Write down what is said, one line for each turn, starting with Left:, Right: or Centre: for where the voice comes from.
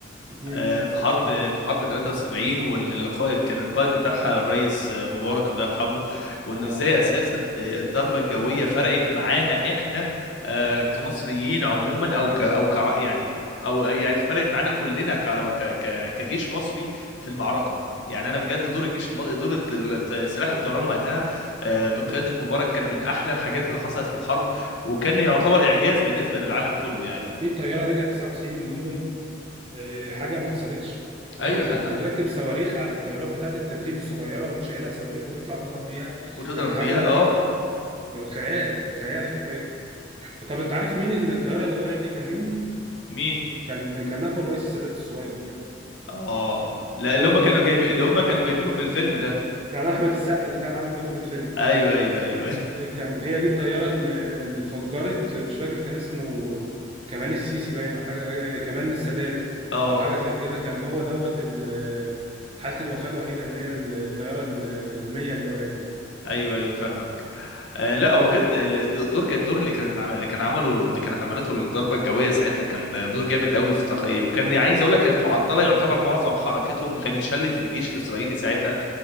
Right: امم
Left: آه، في حرب في حرب 73 والقائد كان القائد بتاعها الرئيس آه، مبارك الله يرحمه وانه
Right: اه
Left: ازاي
Right: الله يرحمه
Left: اساسا الضربه الجويه فرقت معانا احنا آه، كمصريين
Right: اه
Left: عموما او ك او ك يعني او يعني فرقت معانا كلنا ك ك ك- كجيش مصري في المعركه يعني انا بجد دور الجيش الم- دور ال- ال- سلاح الطيران وقتها آه، بقياده
Right: مم.
Left: مبارك كان من احلى الحاجات اللي حصلت في الحرب وكان يعتبر اعجاز بالنسبه للعالم كله يعني
Right: في الطياره رجعت 99 منهم آه، حاجه ما حصلتش وركب
Left: ايوه هلا-
Right: وتركب صواريخ على الطيارات بتاعت التدريب الصغيره وتشيلها صواريخ وتطلع تضرب بيها
Left: وتضرب
Right: كانت حاجه
Left: بيها اه
Right: خيال خيال حرفيا طب انت عارف مين اللي- الطياره اللي وقعت دي كان مين
Left: مين
Right: كان كان اخو الرئيس السادات الصغير
Left: اه لا
Right: هو
Left: اللي هم
Right: اللي
Left: كانوا
Right: مات
Left: جايبين
Right: في
Left: اللي هم
Right: الطياره
Left: كانوا جايبينه في الفيلم ده
Right: كان احمد السقا اللي كان عامل دوره في الفيلم
Left: ايوه ايوه ايوه أيوة.
Right: كان هي دي الطياره اللي, اللي اتفجرت مش فاكر كان اسمه كمال السيسي باين او حاجه كمال السادات
Left: <laughs> اه
Right: او حاجه زي كده كان هو دوت ال- حاله الوفاه الوحيده اللي هي الطياره ال- المية اللي وقعت دي
Left: ايوه ايوه فاهمك آه لا هو بجد ال- الدور كان الدور اللي كانت عمل اللي كان عمله اللي كانت عملته الضربه الجويه ساعتها كان دور جامد قوي في تقييم وكان عايز اقول لك كانت معطله يعتبر معظم حركتهم وكانت شلت الجيش الاسرائيلي ساعتها